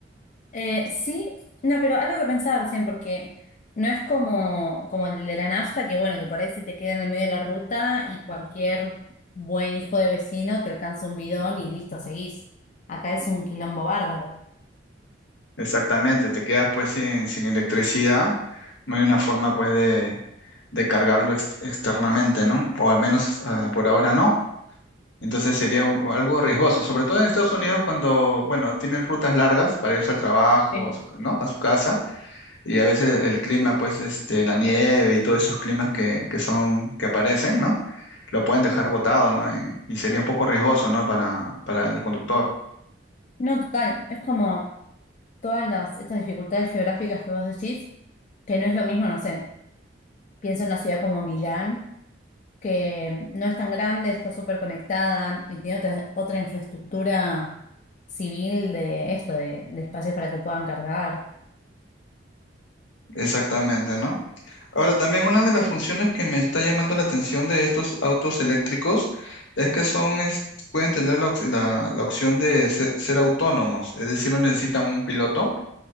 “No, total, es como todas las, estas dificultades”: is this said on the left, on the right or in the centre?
Left